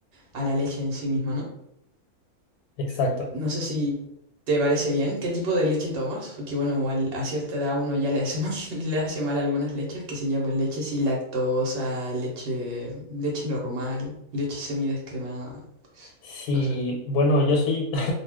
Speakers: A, on the right; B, on the left.
A: a la leche en sí misma, ¿no?
B: <laughs> Exacto.
A: No sé si te parece bien, ¿qué tipo de leche tomas? Porque bueno, igual a cierta edad uno ya le hace mal, <laughs> le hace mal algunas leches, que se llaman pues leche sin lactosa, leche, leche normal, leche semidescremada, pues
B: Sí,
A: no sé.
B: bueno, yo soy